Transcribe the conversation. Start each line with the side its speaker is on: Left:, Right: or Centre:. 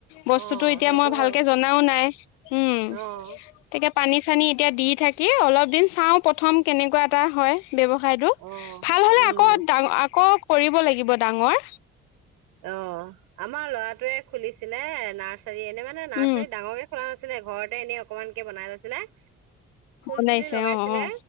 Left: বস্তুতো
Right: অ'
Left: এতিয়া
Right: সেইটো
Left: মই ভালকে
Right: হয়
Left: জনাও নাই উম
Right: অ'
Left: তাকে। পানী চানী এতিয়া দি থাকি অলপ দিন চাওঁ প্ৰথম কেনেকুৱা এটা হয়। ব্যৱসায়টো
Right: অ'
Left: ভাল হলে
Right: উম,
Left: আকৌ ডাঙ আকৌ কৰিব লাগিব। ডাঙৰ।
Right: অ' আমাৰ ল'ৰাটোৱে খুলিছিলে নাৰ্। চ এনে মানে নাৰ্চাৰ
Left: উম
Right: ডাঙৰকে খুলা নাছিলে ঘৰতে এনেই অকমানকে বনাই লৈছিলে। ফুল
Left: বনাইছে
Right: পুলি লগাইছিলে
Left: অ অ